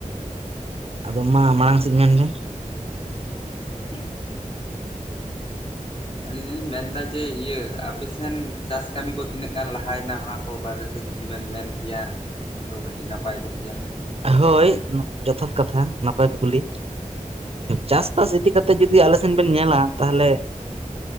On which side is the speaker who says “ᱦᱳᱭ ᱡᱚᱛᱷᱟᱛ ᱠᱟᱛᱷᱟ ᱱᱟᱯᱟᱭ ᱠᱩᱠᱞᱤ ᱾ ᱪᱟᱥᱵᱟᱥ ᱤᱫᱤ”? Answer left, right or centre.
Right